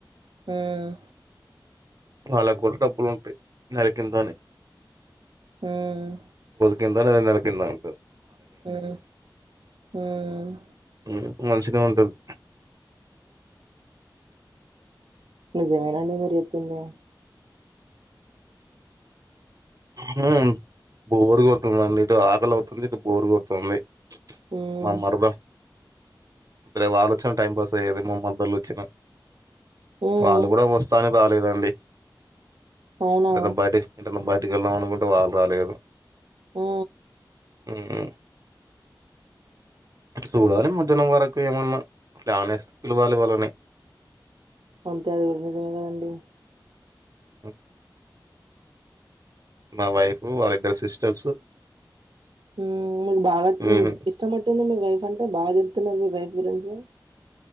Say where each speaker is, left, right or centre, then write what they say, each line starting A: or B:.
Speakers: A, on the right (about 85°); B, on the right (about 45°).
A: హ్మ్
B: వాళ్ళగుడ డబ్బులుంటాయి నెలకింతని.
A: హ్మ్
B: కింద లేదంటే నెలకింద అన్
A: హ్మ్ హ్మ్మ్
B: హ్మ్ మంచిగ ఉంటది
A: నిజమేనండి మీర్ జెప్పింది
B: హ్మ్ బోరు కొడుతుందండి ఇటు ఆకలి అవుతుంది ఇటు బోర్ కొడుతుంది.
A: హ్మ్
B: మా మరద రహ్మ్ వాళ్ళొచ్చిన టైం పాస్ అయ్యేది మ మరదళ్ ఒచ్చిన
A: హ్మ్
B: వాళ్ళు కూడ వస్త రాలేదండి
A: అవునా
B: అంటే నే బాద్ బైటికెళ్దాం అనుకుంటే వాళ్ళు రాలేదు
A: ఓ
B: హమ్ సూడాలి
A: హ్మ్
B: మధ్యనామ్ వరకు ఏమన్నా ప్లానెస్తే పిలవాలి వాళ్ళని
A: అంతే అది కూడా నిజమే కదండి.
B: ఆ మా వైఫు వాళ్ళిద్దరి సిస్టర్స్
A: ఊ, మీక్ బాగా
B: హ్మ్.
A: ఊ ఇష్టమట్టుంది మీ వైఫ్ అంటే బా చెప్తున్నారు, మీ వైఫ్ గురించి.